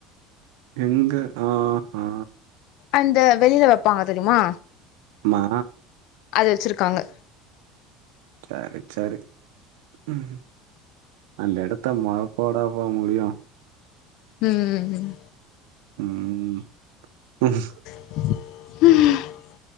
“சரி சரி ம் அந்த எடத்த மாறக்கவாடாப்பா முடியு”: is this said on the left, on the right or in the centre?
Right